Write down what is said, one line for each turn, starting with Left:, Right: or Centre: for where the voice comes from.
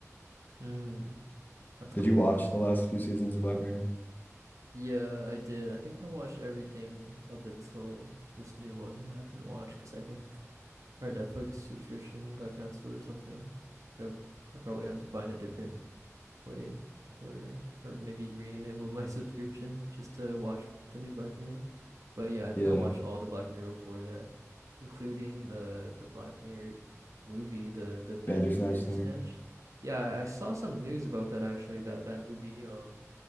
Right: Mm, that's
Left: Did
Right: cool.
Left: you watch
Right: Uh,
Left: the last few seasons of Black Mirror?
Right: yeah, I did. I think I watched everything up until this new one. I haven't watched because I think Our Netflix subscription got canceled or something. So I probably have to find a different way or or maybe re-enable my <laughs> subscription just to watch the new Black Mirror. But yeah, I
Left: Yeah,
Right: think I watched all the Black Mirror before that, including the the Black Mirror movie, the the Bandersnatch.
Left: Bandersnatch thing.
Right: Yeah, I saw some news about that actually, that that movie um